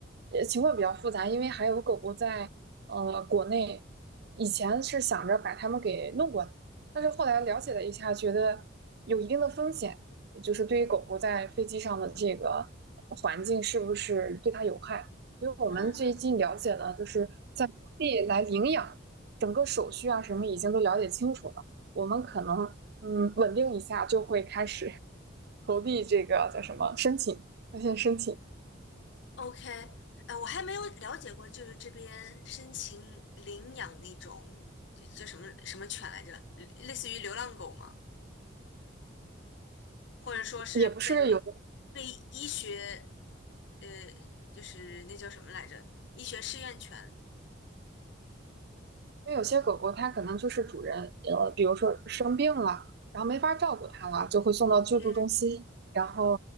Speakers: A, on the right; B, on the left.
A: 呃情况比较复杂，因为还有狗狗在呃国内，以前是想着把它们给弄过来，但是后来了解了一下，觉得有一定的风险，就是对于狗狗在飞机上的这个环境是不是对它有害，因为我们最近了解了，
B: 啊，
A: 就是在当地来领养。整个手续啊什么已经都了解清楚了，我们可能嗯稳定一下就会开始 <laughs> 投递这个叫什么申请，那线申请
B: OK，呃，我还没有了解过，就是这边申请领养那种就叫什么什么犬来着，类类似于流浪狗吗？或者说是被被医学
A: 也不是有的
B: 呃，就是那叫什么来着，医学试验犬。
A: 因为有些狗狗它可能就是主人，呃，比如说生病了，然后没法照顾它了，就会送到救助中心。
B: OK，
A: 然后，